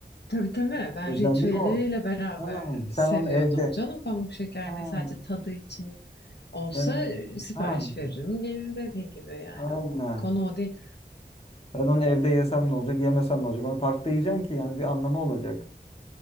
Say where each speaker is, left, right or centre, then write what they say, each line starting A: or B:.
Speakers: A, on the left; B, on the left.
A: Tabii tabii ben
B: Özelliği
A: ritüeliyle
B: o.
A: beraber
B: Ha, sen
A: seviyordum
B: onu evde.
A: canım. Pamuk şeker
B: Ha,
A: mesela sadece tadı için olsa
B: senin.
A: e, sipariş
B: Ha,
A: veririm gelir dediğin gibi yani
B: aynen.
A: o konu o değil.
B: Ben onu evde yesem ne olacak, yemesem ne olacak? Onu parkta yiyeceksin ki yani bir anlamı olacak.